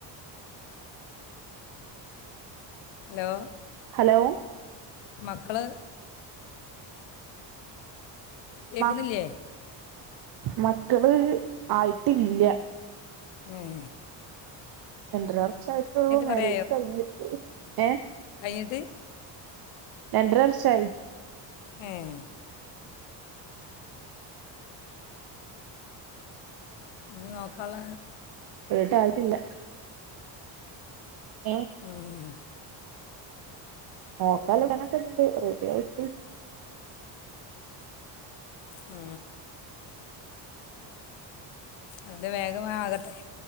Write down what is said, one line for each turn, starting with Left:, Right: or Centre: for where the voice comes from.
Left: ഹലോ
Right: ഹലോ
Left: മക്കള എകന്നല്ലേ
Right: മ മക്കള് ആയിട്ടില്ല
Left: ഉം
Right: രണ്ടര വർഷ ആട്ടുള്ളൂ മാര്ാരേജ്
Left: കുറേ
Right: കഴിഞ്ഞിട്ടേ ഏ
Left: യിത്
Right: രണ്ടര വർഷായി
Left: എഏ ഞ് നോക്കാള്ള
Right: ഏത് ആട്ടില്ല ഏ
Left: ഉം,
Right: നോക്കാല പ്ല നക്കെ ഇണ്ട് റഡി ആയിട്ട്
Left: ആ അ വേഗ അത്ആകട്ടെ